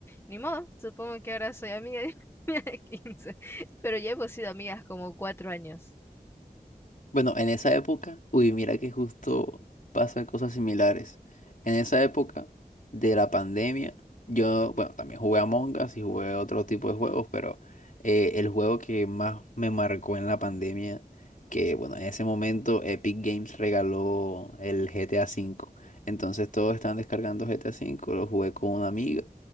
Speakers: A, on the left; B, on the left.
A: ni modo, supongo que ahora soy amiga de <laughs> una niña de quince pero ya hemos sido amigas como cuatro años.
B: Bueno, en esa época, uy, mira que justo pasan cosas similares. En esa época de la pandemia, yo, bueno, también jugué a Us y jugué otro tipo de juegos, pero eh, el juego que más me marcó en la pandemia, que bueno, en ese momento Epic Games regaló el GTA V. Entonces todos estaban descargando GTA V, lo jugué con una amiga